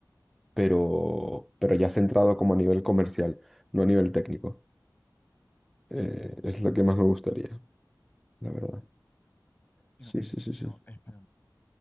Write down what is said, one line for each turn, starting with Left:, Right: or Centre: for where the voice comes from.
Centre: pero, pero ya centrado como a nivel comercial, no a nivel técnico. Eh,
Left: ok.
Centre: es lo que más me gustaría, la verdad.
Left: Y
Centre: Sí,
Left: no,
Centre: sí, sí,
Left: sino,
Centre: sí.
Left: este.